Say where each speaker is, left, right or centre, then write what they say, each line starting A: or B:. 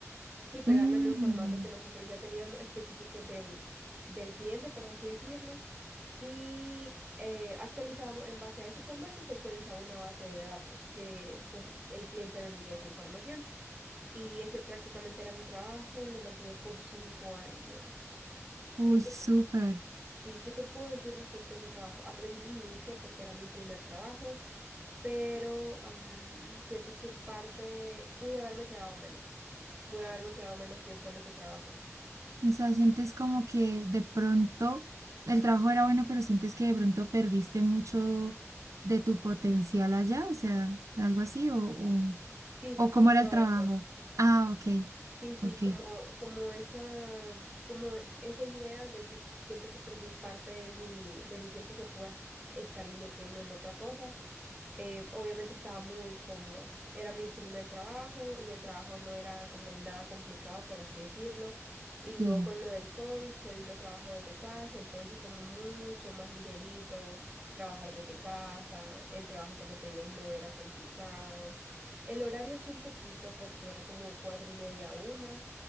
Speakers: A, on the right; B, on the right.
A: Sí, pegarlo
B: mm,
A: en un formato que nosotros ya teníamos específico del, del cliente, por así decirlo, y eh, actualizábamos en base a esos formatos y actualizaba una base de datos que pues el cliente vendía esa información. Y ese prácticamente era mi trabajo, lo mantuve por cinco años.
B: uy,
A: ¿Qué te,
B: súper.
A: sí, ¿qué te puedo decir respecto a ese trabajo? Aprendí mucho porque era mi primer trabajo, pero am, siento que parte de- pude haberme quedado menos, pude haberme quedado menos tiempo en ese trabajo.
B: O sea, sientes como que de pronto el trabajo era bueno, pero sientes que de pronto perdiste mucho de tu potencial allá, o sea, algo así, o, o,
A: Sí,
B: o
A: justo
B: cómo era el trabajo.
A: eso.
B: Ah, ok,
A: Sí, sí,
B: ok,
A: como, como esa, como esa idea de que siento que perdí parte de mi, de mi tiempo que pude estar invirtiendo en otra cosa. Eh, obviamente estaba muy cómoda. Era mi primer trabajo y el trabajo no era como nada complicado, por así decirlo. Y luego
B: sí.
A: con lo del COVID se vino trabajo desde casa, entonces como mucho más ligerito, trabajar desde casa. El trabajo, como te digo, no era complicado. El horario sí un poquito porque era como cuatro y media a una,